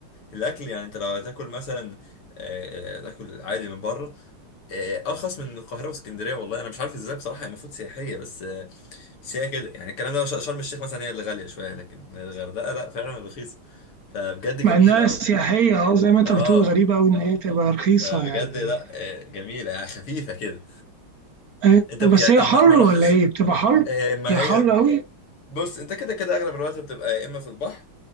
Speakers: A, on the left (about 80°); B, on the right (about 45°).
A: الاكل يعني انت لو هتاكل مثلا آه، آه، تاكل عادي من بره آه، ارخص من القاهره واسكندريه والله انا مش عارف ازاي بصراحه هي المفروض سياحيه بس آه، بس هي كده يعني الكلام ده ش- شرم الشيخ مثلا هي اللي غاليه شويه لكن الغردقه لا فعلا رخيصه فبجد جميله
B: مع إنها
A: قوي
B: سياحية أه زي ما أنت
A: اه
B: بتقول غريبة أوي إن هي تبقى رخيصة
A: فبجد
B: يعني
A: لا آه، جميله يعني خفيفه كده
B: آه،
A: انت ب-
B: بس
A: يعني
B: هي
A: طب
B: حر
A: ما, ما رحتش
B: ولا إيه؟ بتبقى حر؟
A: آه، ما
B: هي
A: هي
B: حر أوي
A: بص انت كده كده اغلب الوقت بتبقى يا اما في البحر